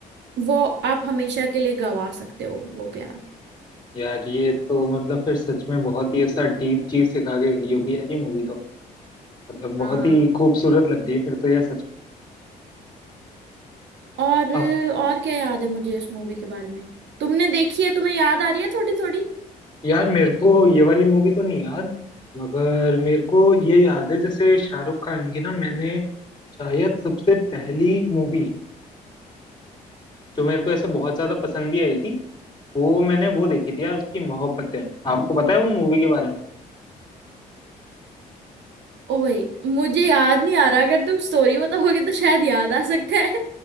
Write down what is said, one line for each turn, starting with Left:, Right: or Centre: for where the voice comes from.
Right: वो आप हमेशा के लिए गवा सकते हो वो प्यार
Left: यार ये तो मतलब फिर सच में बहुत ही ऐसा डीप चीज सिखा के गई होगी यार ये मूवी तो मतलब बहुत
Right: हाँ
Left: ही खूबसूरत लग रही है फिर तो ये सच
Right: और
Left: आप
Right: और क्या याद है मुझे इस मूवी के बारे में तुमने देखी है तुम्हें याद आ रही है थोड़ी थोड़ी
Left: यार मेरे को ये वाली मूवी तो नहीं याद मगर मेरे को ये याद है जैसे शाहरुख खान की ना मैंने शायद सबसे पहली मूवी जो मेरे को ऐसे बहुत ज्यादा पसंद भी आई थी वो मैंने वो देखी थी यार उसकी मोहब्बतें आपको पता है वो मूवी के बारे में
Right: ओए मुझे याद नहीं आ रहा अगर तुम स्टोरी बताओगे तो शायद याद आ सकता है।